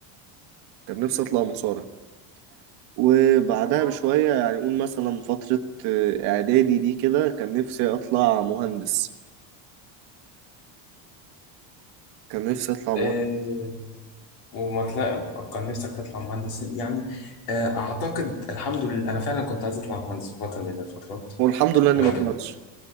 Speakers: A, on the right; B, on the left.
A: كان نفسي اطلع مصارع وبعدها بشوية يعني قول مثلا فترة آه، اعدادي دي كده كان نفسي اطلع مهندس كان نفسي اطلع
B: آه،
A: مهندس
B: وما تلاقي كان نفسك تطلع مهندس يعني آه، أعتقد الحمد لله أنا فعلا كنت عايز أطلع مهندس في فترة من الفترات
A: والحمد لله اني
B: و-
A: ما طلعتش